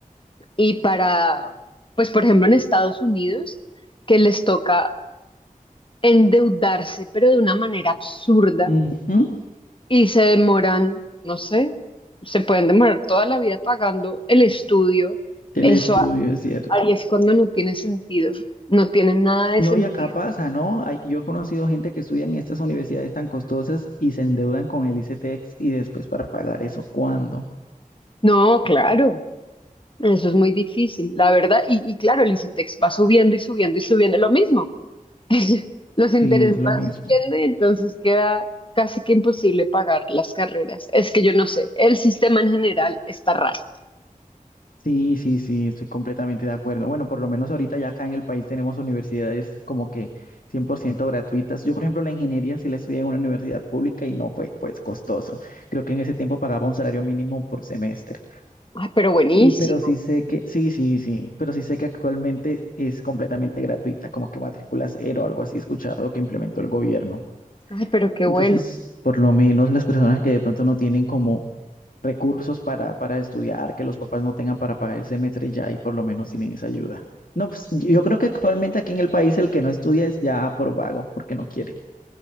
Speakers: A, on the left; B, on the left.
A: y para, pues por ejemplo en Estados Unidos, que les toca endeudarse, pero de una manera absurda
B: Ujú,
A: y se demoran, no sé, se pueden demorar toda la vida pagando el estudio.
B: El
A: Eso
B: estudio es cierto.
A: Aries cuando no tiene sentido, no tiene nada de
B: No,
A: sentido.
B: y acá pasa, ¿no? Hay- yo he conocido gente que estudia en estas universidades tan costosas y se endeudan con el ICETEX y después para pagar eso, ¿cuándo?
A: No, claro, eso es muy difícil, la verdad. Y, y claro, el ICETEX va subiendo y subiendo y subiendo lo mismo. <laughs> Los intereses
B: Sí, es lo
A: van
B: mismo.
A: subiendo y entonces queda casi que imposible pagar las carreras. Es que yo no sé, el sistema en general está raro.
B: Sí, sí, sí, estoy completamente de acuerdo. Bueno, por lo menos ahorita ya acá en el país tenemos universidades como que 100% gratuitas. Yo, por ejemplo, la ingeniería sí la estudié en una universidad pública y no fue pues costoso. Creo que en ese tiempo pagaba un salario mínimo por semestre.
A: Ay, pero buenísimo.
B: Y pero sí sé que, sí, sí, sí, pero sí sé que actualmente es completamente gratuita, como que matrícula cero o algo así he escuchado que implementó el gobierno.
A: Ay, pero qué
B: Entonces,
A: bueno.
B: por lo menos las personas que de pronto no tienen como recursos para, para estudiar, que los papás no tengan para pagar el semestre ya y por lo menos tienen esa ayuda. No, pues yo creo que actualmente aquí en el país el que no estudia es ya por vago, porque no quiere.